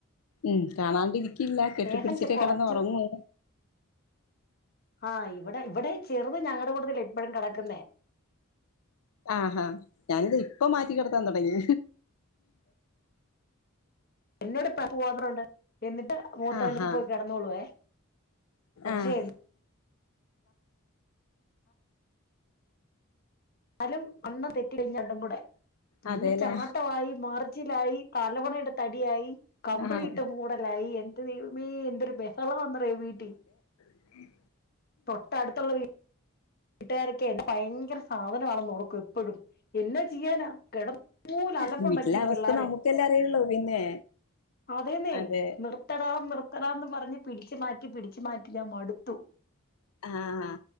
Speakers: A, on the left (about 80°); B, on the left (about 45°).
A: ഉം കാണാണ്ടിരിക്കില്ല കെട്ടിപ്പിടിച്ചിട്ടേ
B: സ്നേഹം ചെ- കുറച്ചും
A: കിടന്ന് ഉറങ്ങൂ
B: ആഹ് ഇവിടെ ഇവിടെ ചെറുത് ഞങ്ങടെ കൂട്ടത്തിൽ ഇപ്പഴും കെടക്കുന്നേ
A: ആഹാ ഞാനിതാ ഇപ്പം മാറ്റി കിടത്താൻ തുടങ്ങി
B: എന്നോട് <unintelligible> ണ്ട് എന്നിട്ട് മൂത്തവന്റെ
A: ആഹാ
B: അടുത്ത് പോയി കിടന്നോളുവേ പക്ഷെ
A: ആഹ്
B: എന്നാലും അണ്ണം തെറ്റി കഴിഞ്ഞാ രണ്ടും കൂടെ പിന്നെ
A: അതെല്ലേ
B: ചാട്ടവായി മറിച്ചിലായി തലവണ എടുത്ത് അടിയായി കമ്പിളി
A: ആഹ്
B: ഇട്ട് മൂടലായി എന്റെ ദൈവമേ എന്തൊരു ബഹളവെന്നറിയോ ഈ വീട്ടിൽ
A: ഉം
B: തൊട്ടടുത്തുള്ള വീ ട്ടുകാരൊക്കെ ഭയങ്കര സാധനമാണെന്ന് ഓർക്കും എപ്പഴും എന്നാ ചെയ്യാനാ കിടന്നൂല അലമ്പുണ്ടാക്കി
A: വീട്ടിലെ
B: ഈ
A: അവസ്ഥ
B: പിള്ളാര്
A: നമുക്കല്ലേ അറിയുള്ളൂ പിന്നെ
B: അതേന്നെ
A: അതെ
B: നിർത്തടാ നിർത്തടാന്ന് പറഞ്ഞ് പിടിച്ചു മാറ്റി പിടിച്ചു മാറ്റി ഞാൻ മടുത്തു
A: ആഹ്